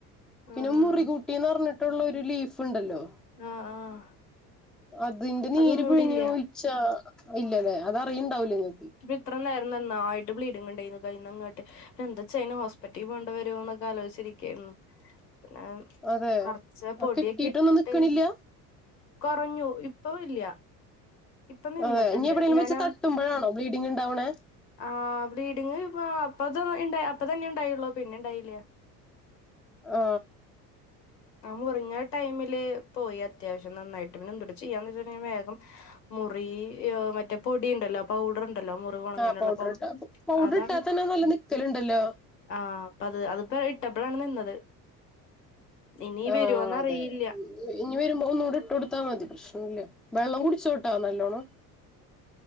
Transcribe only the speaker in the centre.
പിന്നെ
മുറികൂട്ടിന്ന് പറഞ് ട്ടൊള്ള ഒര് ലീഫ് ണ്ട്ല്ലോ
അതിന്റെ നീര്
പിഴിഞ്
ഒഴിച്ചാ ഇല്ലലെ അതറിയ്ണ്ടാവില്ല നീ
അതെ
കെട്ടിട്ടൊന്നും
നിക്കണില്ല
അതെ ഇനി എവിടെലും
വെച്ച് തട്ടുമ്പഴാണോ ബ്ലീഡിംങ്ങ് ഉണ്ടാവ്ണേ
ആ
ആപൗഡർ
ഇട്ട് പൗഡർ
ഇട്ടാതന്നെ
നല്ലം നിക്കല്ണ്ടല്ലോ
ആ
അതെ
ഇനി വരുമ്പോ ഒന്നൂടി ഇട്ട് കൊടുത്താ മതി പ്രശ്നൊന്നുല്ല വെള്ളം കുടിച്ചോട്ടൊ നല്ലോണം